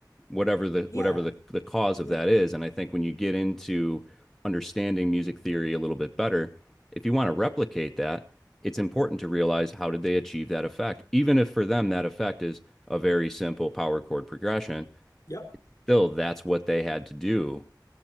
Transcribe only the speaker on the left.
Yeah,
yeah,
yep,